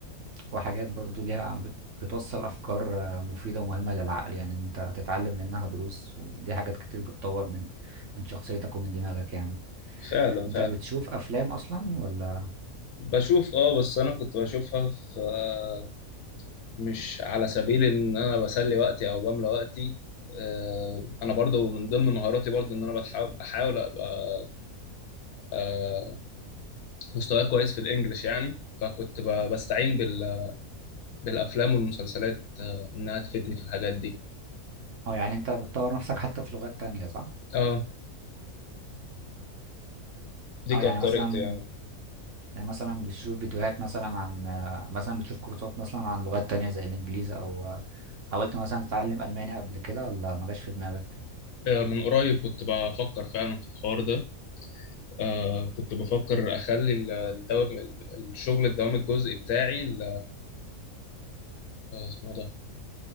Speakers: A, on the right; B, on the left.
A: وحاجات برضو ليها عم بت- بتوصل أفكار آه، مفيدة ومهمة للعقل يعني أنت هتتعلم منها دروس ودي حاجات كتير بتطور من من شخصيتك ومن دماغك يعني
B: فعلا
A: أنت
B: فعلا
A: بتشوف أفلام أصلا ولا
B: بشوف اه بس انا كنت بشوفها في آه، مش على سبيل ان انا بسلي وقتي او بملى وقتي آه، انا برضو من ضمن مهاراتي برضو ان انا بتحاول- بحاول ابقى آه، مستواي كويس في الانجليش يعني فكنت ب- بستعين بال بالافلام والمسلسلات انها تفيدني في الحاجات دي
A: أه يعني أنت بتطور نفسك حتى في لغات تانية صح؟
B: اه دي
A: أه
B: كانت
A: يعني مثلا
B: طريقتي يعني
A: يعني مثلا بتشوف فيديوهات مثلا عن آه، مثلا بتشوف كورسات مثلا عن لغات تانية زي الإنجليزي أو آه، حاولت مثلا تتعلم ألماني قبل كده ولا ما جاش في دماغك؟
B: آه، من قريب كنت بفكر فعلا في الحوار ده آه كنت بفكر اخلي ال- الدوام الشغل الدوام الجزئي بتاعي ال- آه، اسمه إيه ده